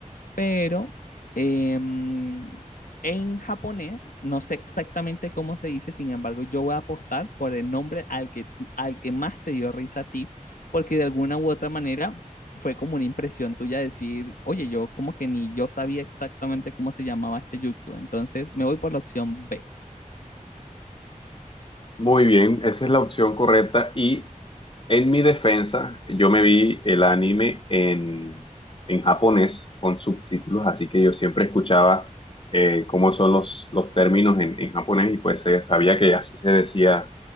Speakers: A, on the left (about 85°); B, on the left (about 40°).
A: pero em, en japonés no sé exactamente cómo se dice, sin embargo yo voy a apostar por el nombre al que, tú- al que más te dio risa a ti, porque de alguna u otra manera fue como una impresión tuya decir, oye, yo como que ni yo sabía exactamente cómo se llamaba este jutsu, entonces me voy por la opción B.
B: Muy bien, esa es la opción correcta. Y en mi defensa, yo me vi el anime en, en japonés con subtítulos, así que yo siempre escuchaba eh, cómo son los, los términos en, en japonés y pues eh, sabía que así se decía